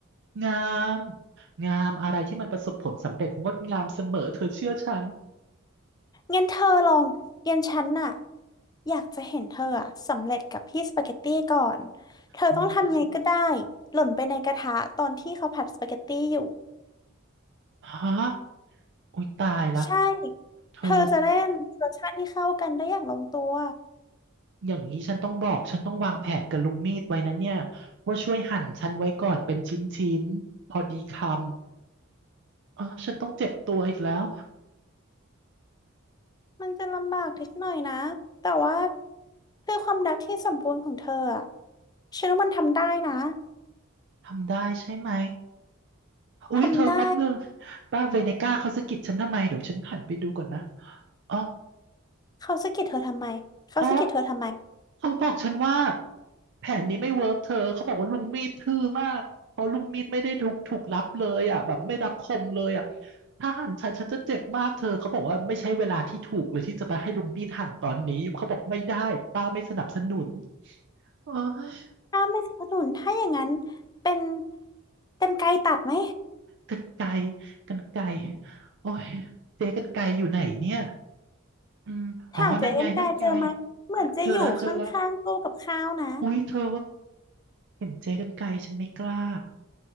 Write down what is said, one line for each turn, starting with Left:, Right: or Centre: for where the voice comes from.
Right: งามงามอะไรที่มันประสบผลสำเร็จงดงามเสมอเธอเชื่อฉัน
Left: งั้นเธอลองงั้นฉันน่ะอยากจะเห็นเธออะสำเร็จกับพี่สปาเกตตี้ก่อนเธอต้องทำยังไงก็ได้
Right: อืม
Left: หล่นไปในกระทะตอนที่เขาผัดสปาเกตตี้อยู่
Right: ฮะโอ้ยตายละ
Left: ใช่
Right: เธอ
Left: เธอจะได้มีรสชาติที่เข้ากันได้อย่างลงตัว
Right: อย่างนี้ฉันต้องบอกฉันต้องวางแผนกับลุงมีดไว้นะเนี่ยว่าช่วยหั่นฉันไว้ก่อนเป็นชิ้นๆพอดีคำอ๋อฉันต้องเจ็บตัวอีกแล้ว
Left: มันจะลำบากนิดหน่อยนะ แต่ว่าเพื่อความรักที่สมบูรณ์ของเธออะฉันว่ามันทำได้นะ
Right: ทำได้ใช่ไหมอุ๊ยเธอแป๊บนึง
Left: ทำได้
Right: ป้าเวเนก้าเขาสะกิดฉันทำไมเดี๋ยวฉันหันไปดูก่อนนะอ๋อ
Left: เขาสะกิดเธอทำไมเขาสะกิดเธอทำไม
Right: อ๋อเขาบอกฉันว่าแผนนี้ไม่เวิร์กเธอ เขาบอกว่าลุงมีดทื่อมากเพราะลุงมีดไม่ได้ถูกถูกรับเลยอ่ะแบบไม่รับคมเลยอ่ะถ้าหั่นฉันฉันจะเจ็บมากเธอเขาบอกว่าไม่ใช่เวลาที่ถูกเลยที่จะไปให้ลุงมีดหั่นตอนนี้เขาบอกไม่ได้ป้าไม่สนับสนุนโอ้ย
Left: ถ้าไม่สนับสนุนถ้าอย่างนั้นเป็นกรรไกรตัดไหม
Right: กรรไกรกรรไกรโอ้ยเจ๊กรรไกรอยู่ไหนเนี่ยอืมอ๋อนั่นไงนั่นไง
Left: ถ้าเจอกรรไกรเจอไหมเหมือนจะอยู่ข้างๆตู้กับข้าวนะ
Right: เจอแล้วเจอแล้วอุ๊ยเธอเห็นเจ๊กรรไกรฉันไม่กล้า